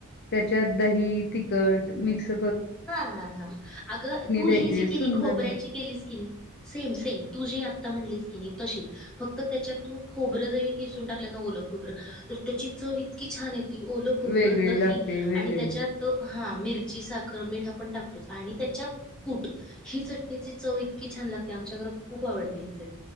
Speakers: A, on the left; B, in the centre.
A: त्याच्यात दही तिखट मिक्स -
B: हा हा हा अगं तू
A: द्यायची
B: हे जे
A: सुंदर
B: केली खोबऱ्याची
A: ला
B: केलीस की नाही सेम सेम तू जे आता म्हणलीस- कि नाही तशीच फक्त त्याच्यात तू खोबरं जरी किसून टाकलं न ओलं खोबरं तर त्याची चव इ- इतकी छान येतती ओलं खोबरं
A: वेगळी
B: दही
A: लागते वेगळी
B: आणि त्याच्यात- हा मिरची साख- खरं मीठ आपण टाकतोच आणि त्याच्यात कूट ही चटणीची चव इतकी छान लागते आमच्या घरात खूप आवडते ही चई-